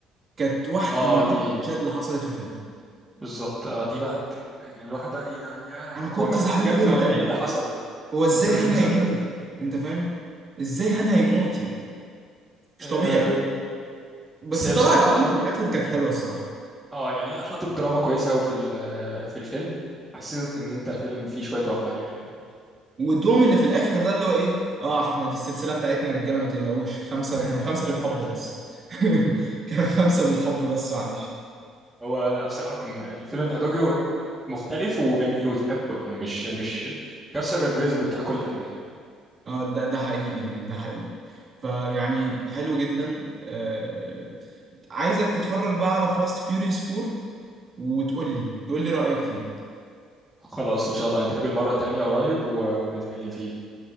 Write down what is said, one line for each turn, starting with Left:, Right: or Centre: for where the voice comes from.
Right: كانت واحده
Centre: اه
Right: من اكتر
Centre: دي
Right: المشاهد اللي حصلت في الفيلم
Centre: بالظبط اه دي بقى الت- يعني الواحد بقى ايه ده يا
Right: انا كنت
Centre: هو مات
Right: زعلان
Centre: بجد
Right: جدا
Centre: ولا ايه اللي حصل
Right: هو ازاي
Centre: يعني انت مش
Right: هان
Centre: مصدق
Right: هيموت انت فاهم ازاي هان هيموت يعني مش
Centre: آه،
Right: طبيعي بس
Centre: بس هي
Right: طلع
Centre: بصراحة
Right: الدوم في الاخر كانت حلوه الصراحه
Centre: اه يعني هي حطت دراما كويسه قوي في ال- في الفيلم حسيتك ان انت فيلم فيه شويه واقعيه يعني
Right: والدوم اللي في الاخر ده اللي هو ايه اه احنا دي السلسله بتاعتنا يا رجاله ما تقلقوش خمسه
Centre: <laughs>
Right: كانوا خمسه بالحب بس <laughs> كانوا خمسه بالحب بس معلش
Centre: هو لا بصراحه كان الفيلم بتاع طوكيو مختلف وجميل وتحبه يعني مش مش كسر الريزم بتاع كل حاجه يعني
Right: اه ده ده حقيقي يعني ده حقيقي فيعني حلو جدا آه عايزك تتفرج بقى على فاست فيوريوس 4 وتقول لي تقول لي رايك فيه
Centre: خلاص ان شاء الله نتقابل مره تانية قريب و- ونتكلم فيه